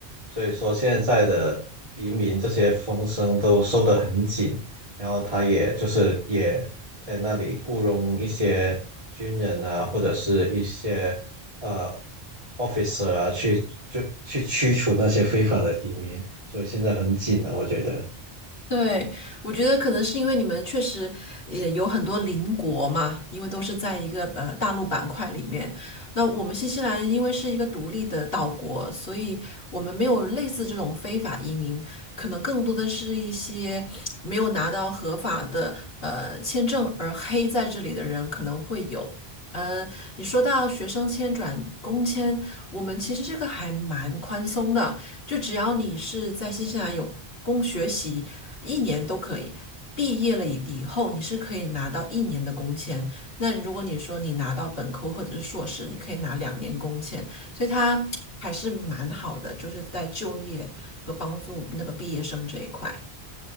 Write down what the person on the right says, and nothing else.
所以说现在的移民这些风声都收得很紧，然后他也就是也在那里雇佣一些军人啊，或者是一些呃 officer 啊，去就去驱除那些非法的移民。所以现在很紧啊，我觉得。